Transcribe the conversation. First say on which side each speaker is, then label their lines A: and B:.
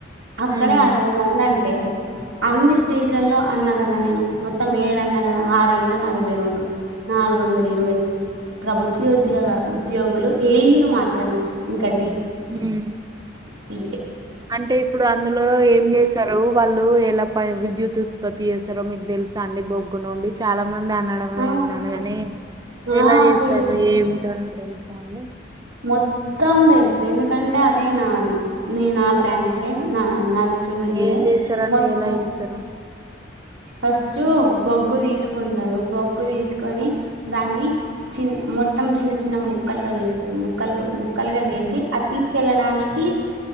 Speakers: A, on the right; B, on the right.
A: అక్కడే
B: ఉమ్
A: ఆరవై మంది అంటే అన్ని స్టేజ్లలో అన్నా కదా నేను మొత్తం ఏడన్నా కదా ఆరేళ్ళ వేరుండు నాలుగు వందల ఇరవై ప్రభుత్వ ఉద్యోగు ఉద్యోగులు ఏఈలు మాత్రమే ఇంకా
B: హ్మ్
A: తీ
B: అంటే ఇప్పుడు అందులో ఏం చేస్తరు వాళ్ళు ఎలా విద్యుత్ ఉత్పత్తి చేస్తారో మీకు తెలుసా అండి బొగ్గు నుండి చాలా చాలా మంది అనడమే
A: ఆ
B: విన్నాను గాని
A: ఆ
B: ఎలా చేస్తారు
A: తెలుస్తాయి
B: ఏమిటో అని తెలుసా అండి
A: మొత్తం తెలుసు ఎందుకంటే అదే నాది నేను ఆ బ్రాంచ్ నా నాకు త్రిబుల్
B: ఏం
A: ఏ
B: చేస్తారండి
A: మొత్తం
B: ఎలా చేస్తారు
A: ఫస్ట్ బొగ్గు తీసుకుంటారు బొగ్గు తీసుకు కని దాన్ని చిన్న మొత్తం చిన్న చిన్న ముక్కలుగా చేస్తారు ముక్కలు ముక్కలుగా
B: ఉమ్
A: చేసి అది తీసుకెళ్ళ దానికి